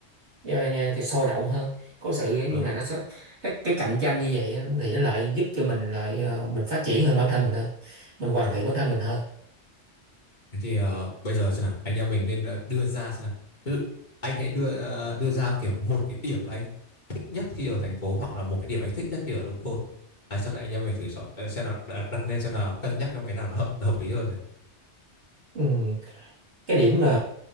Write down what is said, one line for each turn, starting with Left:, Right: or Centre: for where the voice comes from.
Right: ờ, ờ, cái sôi động hơn có sự giống
Left: Dạ Vâng.
Right: như là nó sẽ cái, cái cạnh tranh như vậy á, thì nó lại giúp cho mình lại ờ, mình phát triển hơn bản thân mình hơn mình hoàn
Left: Dạ Vâng.
Right: thiện bản thân mình hơn
Left: Thế thì ờ, bây giờ xem nào, anh em mình nên ờ, đưa ra xem nào. Ví dụ, anh hãy đưa ờ, đưa ra kiểu một cái điểm là anh thích nhất khi ở thành phố hoặc là một cái điểm anh thích nhất khi ở nông thôn. Đấy, sau này anh em mình thử so, ờ, xem là đặt, đặt lên xem là cân nhắc trong cái nào nó hợp nó hợp lý hơn này.
Right: ừ. cái điểm mà